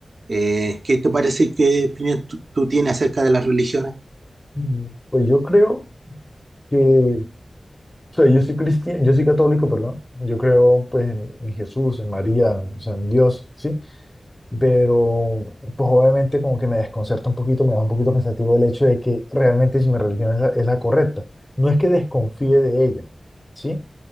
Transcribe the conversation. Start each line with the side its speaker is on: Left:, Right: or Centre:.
Right: eh, ¿qué te parece? ¿Qué opinión tú, tú tienes acerca de las religiones?
Left: Mm, Pues yo creo que, o sea, yo soy cristiano, yo soy católico, perdón, yo creo pues en, en Jesús, en María, o sea, en Dios, ¿sí? pero pues obviamente como que me desconcerta un poquito, me da un poquito pensativo el hecho de que realmente si mi religión es la, es la correcta. No es que desconfíe de ella, ¿sí?